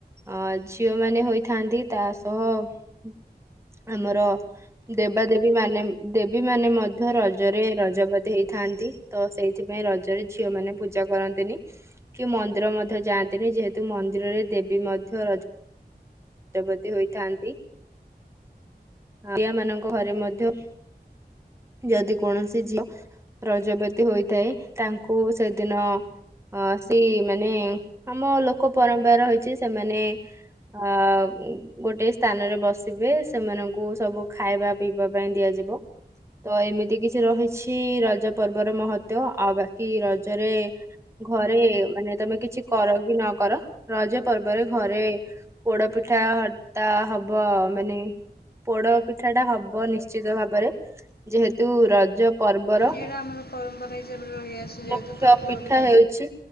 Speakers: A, on the right; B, on the left.
A: ଆ ଝିଅ ମାନେ ହୋଇଥାନ୍ତି ତା ସହ ଆମର ଦେବାଦେବୀ ମାନେ ଦେବୀ ମାନେ ମଧ୍ୟ ରଜରେ ରଜବତି ହେଇଥାନ୍ତି। ତ ସେଇଥିପାଇଁ ରଜରେ ଝିଅ ମାନ ପୂଜା କରନ୍ତି। ତିନି କି ମନ୍ଦିର ମଧ୍ୟ ଯାଆନ୍ତିନି। ଯେହେତୁ ମନ୍ଦିରରେ ଦେବୀ ମଧ୍ୟ ର ରଜବତୀ ହୋଇଥାନ୍ତି। ଆୟା ମାନଙ୍କ ଘରେ ମଧ୍ୟ ଯଦି କୌଣସି ଝିଅ ରଜ ବ୍ୟତୀ ହୋଇଥାଏ। ତାଙ୍କୁ ସେଦିନ ଅ ସେ ମାନେ ଆମ ଲୋକ ପରମ୍ପରା ରହିଚି ସେମାନେ ଆ ଗୋଟେ ସ୍ଥାନରେ ବସିବେ, ସେମାନଙ୍କୁ ସବୁ ଖାଇବା ପିଇବା ପାଇଁ ଦିଆଯିବ। ତ ଏମିତି କିଛି ରହିଚି ରଜ ପର୍ବର ମହତ୍ତ୍ୱ ଆଉ ବାକି ରଜରେ ଘରେ ମାନେ ତମେ କିଛି କର କି ନ କର। ରଜ ପର୍ବରେ ଘରେ ପୋଡ ପିଠା ହତା ହବ ମାନେ ପୋଡପିଠା ଟା ହବ ନିଶ୍ଚିତ ଭାବରେ। ଯେହେତୁ ରଜ ପର୍ବର
B: ଏଇଟା ଆମର ପରମ୍ପରା ହିସାବରେ ରହିଆସିଛି। ଯେହେତୁ
A: ମୁଖ୍ୟ
B: ତ ପୋଡପି
A: ପିଠା ହେଉଛି